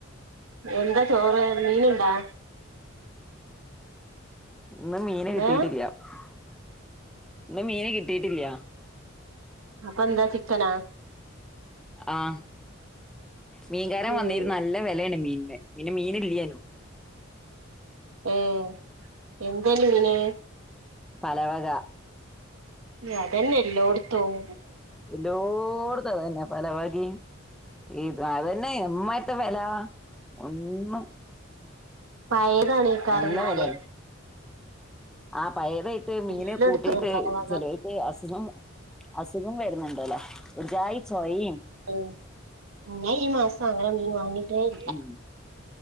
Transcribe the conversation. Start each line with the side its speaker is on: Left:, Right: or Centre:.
Right: എന്താ ചോറ് മീനുണ്ടാ
Centre: ഇന്ന് മീന കിട്ടിട്ടില്ല
Right: ഏഹ്
Centre: <unintelligible> ഇന്ന് മീന് കിട്ടിയിട്ടില്ല
Right: അപ്പ എന്താ ചിക്കനാ
Centre: ആഹ് മീൻകാരൻ
Right: ഉം
Centre: വന്നിരുന്നു നല്ലവെലേണ് മീൻ പിന്നെ മീന് ഇല്ല്യേനും
Right: ഉം എന്തേന് മീന്
Centre: പലവക
Right: ഉംഅതന്നെ എല്ലോട്ത്തും
Centre: എല്ലോട്ത്തും ആ വരുന്നേ പലവഴി ഈ താ <unintelligible> ന്റെ പിന്നേയ് എവന്മാര് - എന്ത്‌വെല ഒന്നും-
Right: പയേത് <unintelligible> ഇതാണേക്കാരംന്നാല്
Centre: നല്ല വിലയാണ് ആഹ് പഴേതായിട്ട് മീന്
Right: എല്ലായിടത്തും
Centre: കൂട്ടിയിട്ട്
Right: പലവക
Centre: ചെലോർക്ക്അസുഖം അസുഖം വരുന്നുണ്ടല്ലോ ഒരു ജാ- സ്വഹീൻ <unintelligible>
Right: ഉം ഞാൻ ഈ മാസം അങ്ങനെ മീൻ വാങ്ങിട്ടേയില്ല
Centre: ഉം